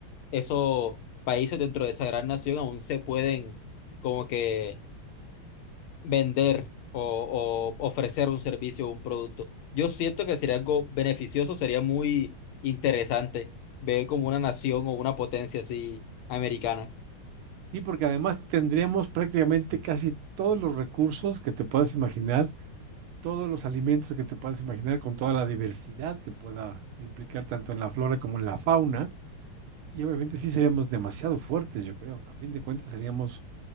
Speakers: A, on the left; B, on the right.
A: esos países dentro de esa gran nación aún se pueden como que vender o, o ofrecer un servicio o un producto. Yo siento que sería algo beneficioso, sería muy interesante ver como una nación o una potencia así americana.
B: Sí, porque además tendríamos prácticamente casi todos los recursos que te puedas imaginar, todos los alimentos que te puedas imaginar, con toda la diversidad que pueda implicar tanto en la flora como en la fauna. Y obviamente sí seríamos demasiado fuertes, yo creo. A fin de cuentas seríamos